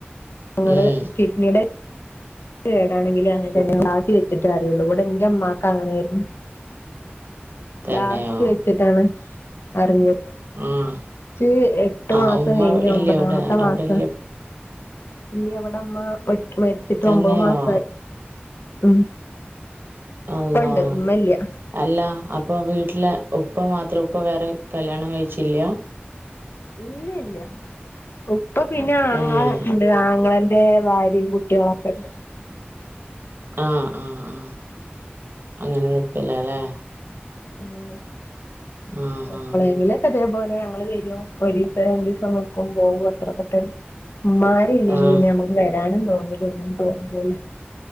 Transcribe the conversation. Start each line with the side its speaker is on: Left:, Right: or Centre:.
Left: അങ്ങനെ
Right: ഉം
Left: കിഡ്ണീടെ കേടാണെങ്കിലു അങ്ങൻത്തന്നെ ബാക്കി വെച്ച്ട്ടെ അറിയോള്ളൂ ഇവടെ ഇന്റെ ഇമ്മാക്ക് അങ്ങനെയെര്ന്നു.
Right: തന്നെയോ
Left: ലാസ്റ്റ് വെച്ചിട്ടാണ് അറിഞ്ഞെ
Right: ആഹ്
Left: ച്ച് എട്ട്
Right: ആഹ്
Left: മാസം
Right: ഉമ്മ
Left: കയ്ഞ്ഞ്
Right: ഇല്ലേ
Left: ഒമ്പതാമത്തെ
Right: അവിടെ
Left: മാസം
Right: അവിടെ ഇല്ലേ
Left: ഇല്ല ഇവടെമ്മ മര് മര്ച്ചിട്ട്
Right: തന്നെയോ?
Left: ഒമ്പത് മാസായി. ഉം.
Right: അള്ളാ
Left: ഇപ്പണ്ട് ഇമ്മല്ല്യ
Right: അല്ലാ അപ്പൊ വീട്ടില് ഉപ്പ മാത്രം ഉപ്പ വേറെ കല്ല്യാണം കഴിച്ചില്ല.
Left: ഇല്ല ഇല്ല്യാ ഉപ്പ പിന്നെ ആങ്ങളണ്ട്
Right: ഏഹ്.
Left: ആങ്ങളെൻ ന്റെ ഭാരിം കുട്ട്യാളൊക്കെണ്ട്.
Right: ആഹ് ആഹ് ആഹ് അങ്ങനെ നിക്കലാല്ലേ
Left: ആഹ്
Right: ആഹാ.
Left: എപ്പളേങ്കിലും അതേപോലെ ഞങ്ങള് വെരും ഒരീസം രണ്ടിസം നിക്കും പോവും അത്രക്ക തന്നെ ഇമ്മാര് ര്ല്ലെങ്കി
Right: ആഹ്
Left: പിന്നെ ഞമക്ക് വെരാനും തോന്നുല ഒന്നിനും തോന്നുലല്ലേ.